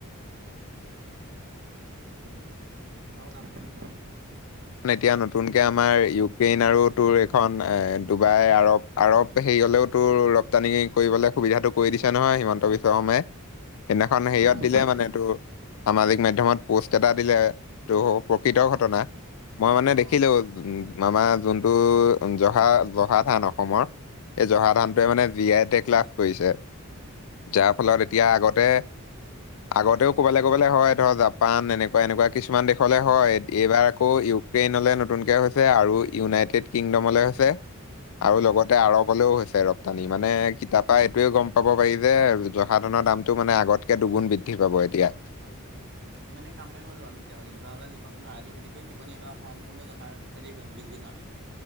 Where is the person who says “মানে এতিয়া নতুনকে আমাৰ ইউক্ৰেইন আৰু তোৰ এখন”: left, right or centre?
Left